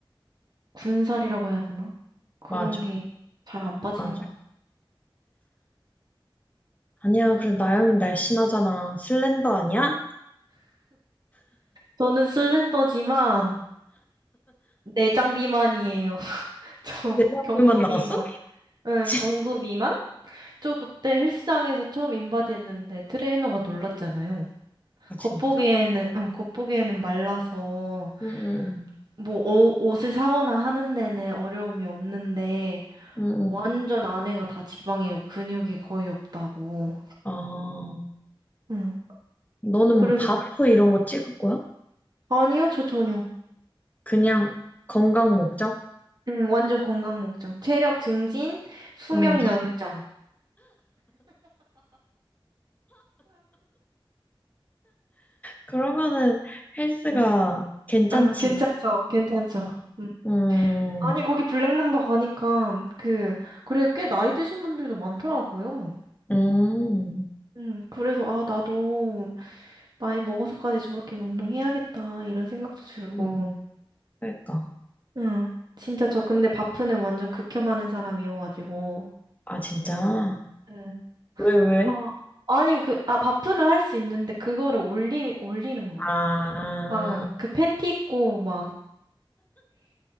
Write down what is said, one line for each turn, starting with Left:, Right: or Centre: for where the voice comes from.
Right: 군살이라고 해야 되나? 그런
Left: 맞아
Right: 게 잘 안 빠지는
Left: 맞아.
Right: 것 같아.
Left: 아니야 그래 나영이 날씬하잖아. 슬렌더 아니야?
Right: 저는 슬렌더지만 내장 비만이에요. <laughs> 저
Left: 내 사진만
Right: 경도
Left: 나왔어?
Right: 비만.
Left: <laughs>
Right: 응,
Left: 진짜?
Right: 경도 비만? 저 그때 헬스장에서 처음 인바디 했는데 트레이너가 놀랐잖아요.
Left: 아 진짜?
Right: 겉보기에는, 응, 겉보기에는 말라서
Left: 응응
Right: 뭐 어- 옷을 사거나 하는 데는 어려움이 없는데
Left: 응응.
Right: 완전 안에가 다 지방이고 근육이 거의 없다고.
Left: 아
Right: 응.
Left: 너는
Right: 그래서
Left: 뭐 바프 이런 거 찍을 거야?
Right: 아니요, 저 전혀.
Left: 그냥 건강 목적?
Right: 응, 완전 건강 목적. 체력 증진, 수명
Left: 응.
Right: 연장.
Left: 그러면은 헬스가
Right: <laughs>
Left: 괜찮지.
Right: 어, 괜찮죠, 괜찮죠.
Left: 어.
Right: 음.
Left: 음,
Right: 아니, 거기 블랙맘바 가니까, 그, 그래, 꽤 나이 드신 분들도 많더라고요.
Left: 음,
Right: 음, 그래서, 아, 나도, 나이 먹어서까지 저렇게 운동해야겠다, 이런 생각도 들고.
Left: 음. 그러니까.
Right: 응, 진짜 저 근데 바프는 완전 극혐하는 사람이어가지고.
Left: 아, 진짜?
Right: 응.
Left: 왜, 왜?
Right: 아, 아니, 그, 아, 바프는 할 수 있는데, 그거를 올리, 올리는 거.
Left: 아,
Right: 막, 그 팬티 입고, 막,